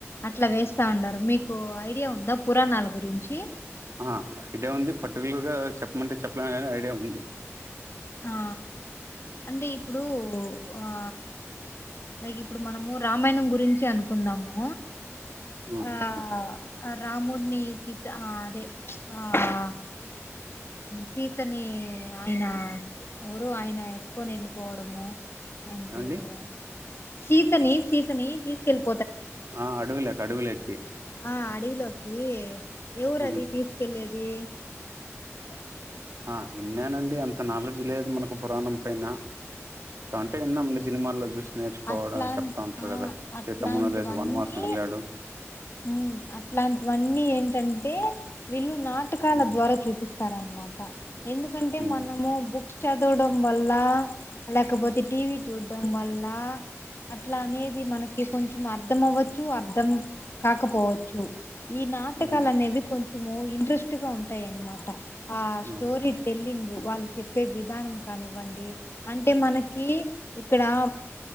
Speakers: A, on the left; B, on the right.
A: అట్లా వేస్తా ఉండారు మీకు ఐడియా ఉందా పురాణాల గురించి.
B: ఆ ఐడియా ఉంది. పర్టికులర్ గా చెప్పమంటే చెప్పలే కానీ ఐడియా ఉంది.
A: ఆ అంటే ఇప్పుడు ఆ లైక్ మనము రామాయణం గురించి అనుకుందాము.
B: ఉ
A: ఆ
B: చెప్పండి
A: రాముడిని సీత ఆదే చ్ ఆ సీతని ఆయన ఎవరో ఆయన ఎత్తుకొని వెళ్ళిపోవడము. అయిన
B: ఏమండి
A: పేరు సీతని సీతని తీసుకెల్పు
B: ఆ అడువులోకి, అడువులోకి
A: ఆ అడివిలోకి ఎవరు
B: ఉమ్.
A: అది తీసుకెళ్లేది. అ
B: ఆ విన్నానండి అంత నాలెడ్జ్ లేదు. మనకు పురాణం పైన. తంటే ఎన్నాంలే సినిమాల్లో చూసి నేర్చుకోవడం
A: అట్లాంటి
B: చెప్తా ఉంటారు
A: ఆ
B: గదా!
A: అట్లాంటివన్నీ
B: సీతమ్మనొలేసి వనవాసం వెళ్ళాడు.
A: ఊ అట్లాంటివన్నీ ఏంటంటే వే విళ్లు నాటకాల
B: హ్మ్.
A: ద్వారా చూపిస్తార అన్నమాట. క్క ఎందుకంటే
B: హ్మ్.
A: మనము బుక్ చదవడం వల్ల, లేకపోతే టీవీ చూడడం వల్ల అట్లా అనేది మనకి కొంచెం అర్థం అవ్వచ్చు. అర్ధం కాకపోవచ్చు. ఈ నాటకాలు
B: హ్మ్.
A: అనేవి కొం మో ఇంట్రెస్ట్ గా ఉంటాయన్నమాట. ఆ స్టోరి
B: అవును.
A: టెల్లింగు వాళ్ళు చెప్పే విధానం కానివ్వండి అంటే మనకి ఇక్కడ ఆ